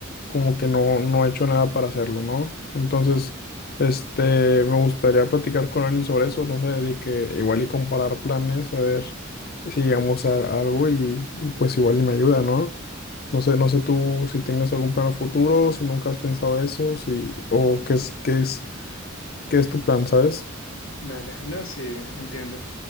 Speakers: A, on the left; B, on the left.
A: como que no, no he hecho nada para hacerlo, ¿no? Entonces, este, me gustaría platicar con alguien sobre eso, no sé, de que igual y comparar planes, a ver si llegamos a, a algo y, y pues igual y me ayuda, ¿no? No sé, no sé tú si tengas algún plan a futuro, si nunca has pensado eso, si, o qué es, qué es, qué es tu plan, ¿sabes?
B: Vale, no, sí, entiendo.